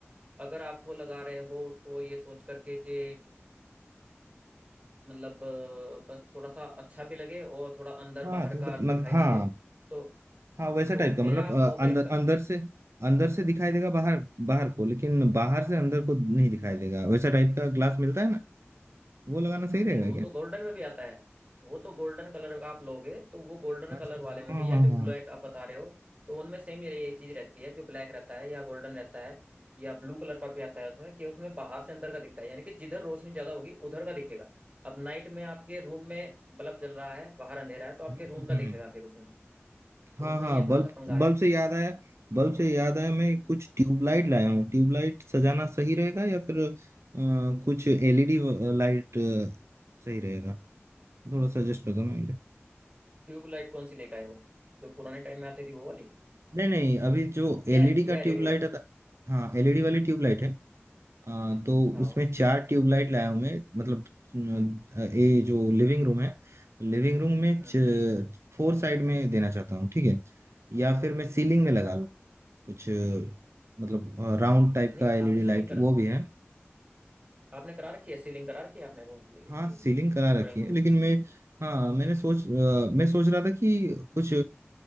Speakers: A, on the right; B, on the right.
A: अगर आपको लगा रहे हो उसको ये सोच करके कि मतलब अ, बस थोड़ा सा अच्छा भी लगे और थोड़ा अंदर
B: हाँ
A: बाहर
B: तो मत,
A: का
B: मत,
A: दिखाई
B: हाँ
A: ना दे तो
B: हाँ वैसा
A: तो
B: टाइप
A: उसमें
B: का मतलब
A: आप
B: अ,
A: ओपेक
B: अंदर
A: कल
B: अंदर से अंदर से दिखाई देगा बाहर बाहर को लेकिन बाहर से अंदर को नहीं दिखाई देगा वैसा टाइप का ग्लास मिलता है ना वो लगाना सही रहेगा
A: नहीं वो
B: क्या
A: तो गोल्डन में भी आता है वो तो गोल्डन कलर का आप लोगे तो वो गोल्डन
B: अच्छा
A: कलर वाले में
B: हाँ
A: भी
B: हाँ
A: या जो
B: हाँ
A: ब्लैक आप बता रहे हो तो उनमें सेम ही यही चीज रहती है जो ब्लैक रहता है या गोल्डन रहता है या ब्लू कलर का भी आता है उसमें कि उसमें बाहर से अंदर का दिखता है यानी कि जिधर रोशनी ज्यादा होगी उधर का दिखेगा अब नाइट में आपके रूम में बल्ब जल रहा है बाहर अंधेरा है तो आपके
B: हम्म,
A: रूम
B: हम्म,
A: का दिखेगा
B: हम्म।
A: फिर उसमें तो
B: हाँ
A: उसमें
B: हाँ
A: ये थोड़ा
B: बल्ब
A: सा पंगा
B: बल्ब से याद आया बल्ब से याद आया मैं
A: है
B: कुछ ट्यूबलाइट लाया हूँ ट्यूबलाइट सजाना सही रहेगा या फिर अ, कुछ एलईडी लाइट सही रहेगा थोड़ा सजेस्ट कर दो ना मुझे
A: ट्यूबलाइट कौन सी लेकर आए हो जो पुराने टाइम में आती थी वो वाली
B: नहीं नहीं अभी जो एलईडी
A: या या
B: का
A: एलईडी
B: ट्यूबलाइट
A: वाली
B: आता हाँ एलईडी वाली ट्यूबलाइट है हाँ तो
A: हाँ
B: उसमें चार ट्यूबलाइट लाया हूं मैं मतलब अ, ये जो लिविंग रूम है लिविंग रूम में
A: हम्म
B: च-
A: हम्म,
B: फोर साइड में देना चाहता हूँ ठीक है या फिर मैं सीलिंग
A: अच्छा
B: में लगा लूँ कुछ अ, मतलब राउंड टाइप
A: नहीं
B: का एलईडी
A: आपने सीलिंग
B: लाइट
A: करा
B: वो भी है
A: आपने करा रखी है सीलिंग करा रखी है आपने रूम की इसकी
B: हाँ सीलिंग करा
A: ड्राइंग
B: रखी
A: रूम
B: है लेकिन
A: की
B: मैं हाँ मैंने सोच अ, मैं सोच रहा था कि कुछ